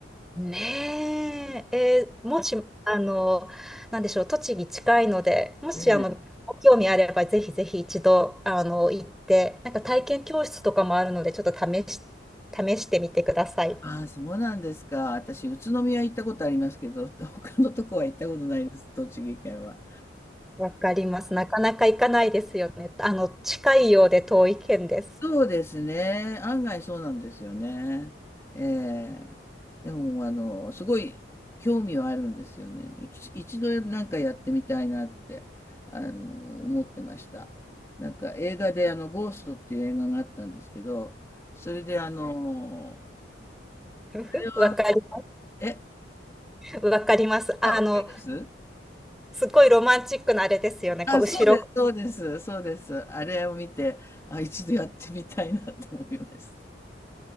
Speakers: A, in the centre; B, on the left.
A: ねえ、えーもしあのなんでしょう栃木近いのでもしあのご興味あればぜひぜひ一度あの行ってなんか体験教室とかもあるのでちょっと試し、
B: ええ
A: 試してみてください。
B: ああ、そうなんですか。私、宇都宮行ったことありますけど、<laughs> 他のとこは行ったことないです、栃木県は。
A: わかります。なかなか行かないですよね。あの、近いようで遠い県です。
B: そうですね。案外そうなんですよね。ええ。でも、あの、すごい興味はあるんですよね。一一度なんかやってみたいなって、あの、思ってました。なんか映画で、あの、ゴーストっていう映画があったんですけど、それで、あの、
A: <laughs>
B: あれは、
A: わかり、
B: え、
A: わかります。
B: あ、
A: あの、
B: わかります
A: すごいロマンチックなあれですよね。
B: あ、
A: こう、後ろ
B: そうです、そうです、そうです。あれを見て、あ、一度やってみたいなと思いまし